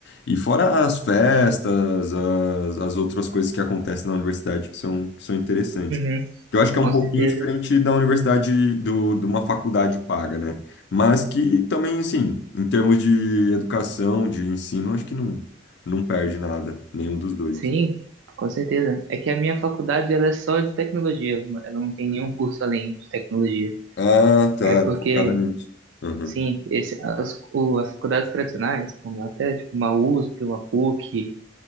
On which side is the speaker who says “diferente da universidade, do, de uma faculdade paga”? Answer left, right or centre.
Left